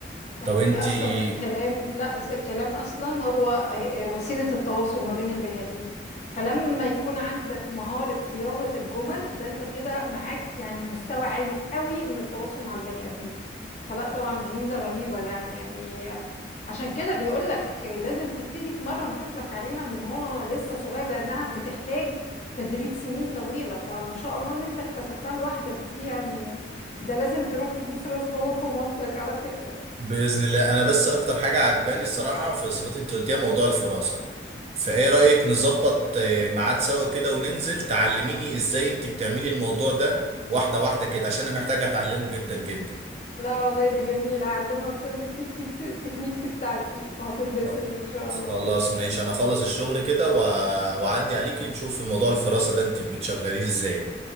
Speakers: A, on the left (about 40°); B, on the right (about 35°).
A: ده
B: طب
A: حقيقة
B: انتي
A: أصلا الكلام لا س- الكلام أصلا هو آه، آه، وسيلة التواصل ما بين البني آدمين فلما يكون عندك مهارة صياغة الجمل ده أنت كده معاك يعني مستوى عالي قوي من التواصل مع البني آدمين فلا طبعا دي ميزة رهيبة يعني يعني آه، عشان كده بيقولك آه، لازم تبتدي تمرن طفلك عليها من هو لسه صغير لأنها بتحتاج تدريب سنين طويلة فما شاء الله إن أنت اكتسبتها لوحدك دي يعني ده لازم تروح تبوس راس باباك ومامتك على فكرة
B: باذن الله انا بس اكتر حاجه عجباني الصراحه في الصفات اللي انت قلتيها موضوع الفراسه فايه رايك نظبط آه، ميعاد سوا كده وننزل تعلميني ازاي انت بتعملي الموضوع ده واحده واحده كده عشان انا محتاجه اتعلمه جدا جدا
A: لا والله ده جميل هعلمك كل التكتيكس التكنيكس بتاعتي وهتتبسط
B: خ-
A: ان شاء
B: خلاص
A: الله
B: ماشي انا خلص الشغل كده وأ- واعدي عليكي نشوف في موضوع الفراسه ده انت بتشغليه ازاي